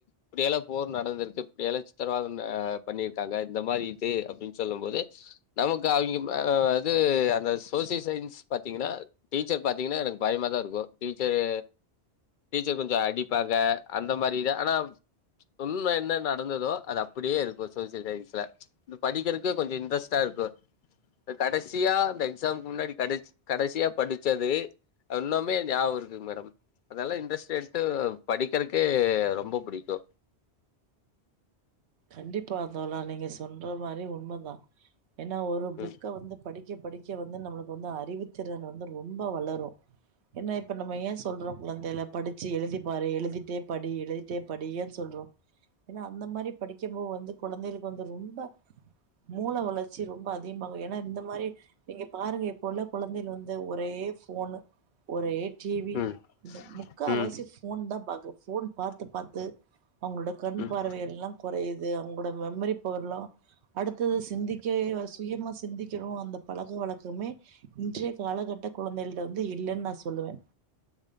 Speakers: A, on the left; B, on the right.
A: இப்டியல்லா போர் நடந்திருக்கு இப்டியல்லா சித்திரவாதன்ன பண்ணிருக்காங்க இந்த மாரி இது அப்டின் சொல்லும் போது நமக்கு அவிங்க ம இது அந்த சோசிய சயின்ஸ் பாத்தீங்கனால் டீச்சர் பாத்தீங்கன்னா எனக்கு பயமாதா இருக்கு டீச்சரு டீச்சர் கொஞ்சோ அடிப்பாங்க அந்த மாரிதா ஆனா உண்ம என்ன நடந்துதோ அது அப்பிடியே இருக்கு சோசியல் சயின்ஸ்ல. இது படிக்கிறக்கே கொஞ்சோ இன்ட்ரெஸ்ட்டா இருக்கு. ப்ப கடசியா அந்த எக்ஸாம்க்கு முன்னாடி கடைச் கடைசியா படிச்சது அ இன்னோமே ஞாவகோ இருக்குங் மேடம். அதெல்லா இன்ட்ரெஸ்ட் எடுத்து படிக்கிறக்கே ரொம்ப பிடிக்கு.
B: கண்டிப்பா தோழா நீங்க சொல்ற மாரி உண்மதா. ஏன்னா ஒரு புக்க
A: ம்
B: வந்து படிக்க படிக்க வந்து நம்மளுக்கு வந்து அறிவுத்திறன் வந்து ரொம்ப வளரு என்னா இப்ப நம்ம ஏ சொல்றோ? குழந்தைல படிச்சு எழுதி பாரு எழுதிட்டே படி எழுதிட்டே படி ஏன் சொல்றோ? ஏனா அந்த மாரி படிக்கம் போ வந்து குழந்தைகளுக்கு வந்து ரொம்ப மூள வளர்ச்சி ரொம்ப அதிகமாகு ஏனா இந்த மாரி நீங்க பாருங்க இ ப்ப உள்ள குழந்தைகள் வந்து ஒரே ஃபோனு. ஒரே டி வி
A: ம்
B: இந்த முக்காவாசி
A: ம்
B: ஃபோன் தா பாக்குது ஃபோன் பாத்து பாத்து அவுங்ளோட கண்
A: ம்
B: பார்வை எல்லா கொறையிது அவுங்க ந்த மெமரி பவர்ல்லா அடுத்தது சிந்திக்கவே வ சுயமா சிந்திக்கணு அந்தப் பழக்க வழக்கமே இன்றைய காலகட்ட குழந்தைகள்ட்ட வந்து இல்லன் நா சொல்லுவே.